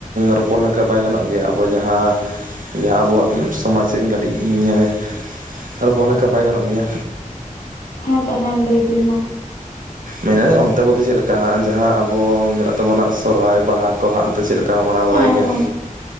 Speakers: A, on the right; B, on the left.
A: ᱨᱚᱯᱚᱲ ᱞᱮᱱᱠᱷᱟᱱ ᱵᱟᱭ ᱜᱟᱱᱚᱜ ᱜᱮᱭᱟ ᱟᱵᱚ ᱡᱟᱦᱟᱸ ᱡᱟᱦᱟᱸ ᱟᱵᱚᱣᱟᱜ ᱥᱚᱢᱟᱡᱽ ᱥᱮᱫ ᱠᱟᱹᱴᱤᱡ ᱧᱮ ᱨᱚᱯᱚᱲ ᱞᱮᱱᱠᱷᱟᱱ ᱵᱟᱭ ᱜᱟᱱᱚᱜ ᱜᱮᱭᱟ?
B: ᱦᱮᱸ ᱛᱚ ᱦᱮᱸ ᱞᱟᱹᱭ ᱵᱤᱱ ᱢᱟ᱾
A: ᱢᱮᱱᱮᱜ ᱚᱱᱛᱮ ᱵᱚᱞᱛᱮ ᱪᱮᱫ ᱞᱮᱠᱟ ᱦᱟᱜ ᱡᱟᱦᱟᱸ ᱟᱵᱚ ᱢᱮᱱᱟᱜ ᱛᱟᱵᱚᱱᱟ ᱥᱚᱨᱦᱟᱭ, ᱵᱟᱦᱟ ᱠᱚ ᱦᱟᱸᱜ ᱚᱱᱛᱮ ᱪᱮᱫ ᱠᱟ ᱢᱟᱱᱟᱣ
B: ᱦᱮᱸ
A: ᱵᱟᱲᱟᱭ ᱜᱮᱭᱟ
B: ᱦᱮᱸ